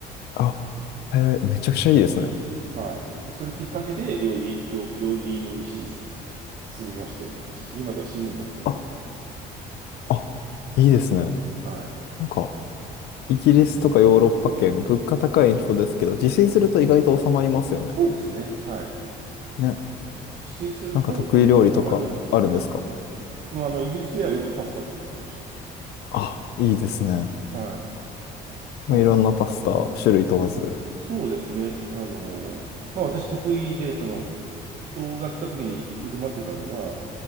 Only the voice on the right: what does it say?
はい。それきっかけで、料理、料、料理の道にす進みましたよ、私。今では趣味になってますけど。
はい。
そうですね。はい。
自炊すると、
うん、収まりますね。もう、あの、イギリスではよくパスタ作ってましたね。
はい。
あの、
そそうですね。あの、まあ私得意で、その、人が来た時に振る舞ってたのは、